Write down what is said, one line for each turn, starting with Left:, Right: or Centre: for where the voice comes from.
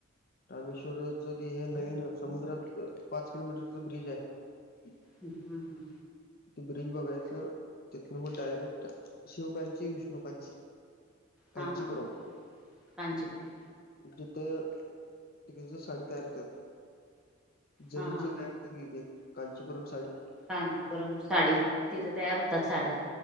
Left: रामेश्वर हे नवीन समुद्रात पाच किलोमीटरच ब्रिज आहे
Centre: ह् हम् हंम
Left: ब्रिज बघायचं तिथून मग डायरेक्ट शिवकांची विष्णुकांची कांचीपुरम
Centre: हा हा कांचीपुरम
Left: तिथे तिके साडी र होत जरीच
Centre: हा हा
Left: काय होतथे कांचीपुरम साडी
Centre: कांतीपुरम साडी तिथे तयार होतात साड्या